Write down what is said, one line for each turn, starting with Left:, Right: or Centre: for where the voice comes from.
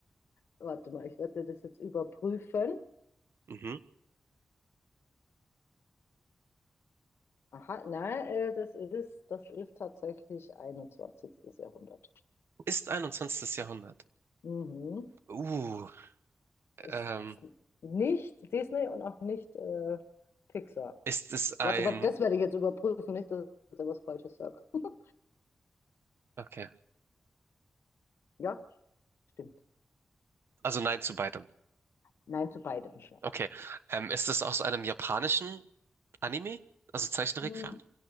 Left: Warte mal, ich werde das jetzt überprüfen.
Right: Mhm.
Left: Aha, nein, äh, das ist, das ist tatsächlich 21. Jahrhundert.
Right: Ist einundzwanzigstes Jahrhundert.
Left: Mhm.
Right: Uh,
Left: Ist
Right: ähm,
Left: nicht Disney und auch nicht äh, Pixar.
Right: ist es ein.
Left: Warte, warte, das werde ich jetzt überprüfen, nicht, dass ich da was Falsches sage. <laughs>
Right: Okay,
Left: Ja, stimmt.
Right: also nein zu beidem.
Left: Nein zu beidem.
Right: Okay, ähm, ist es aus einem japanischen Anime? Also Zeichentrickfilm?
Left: Hm,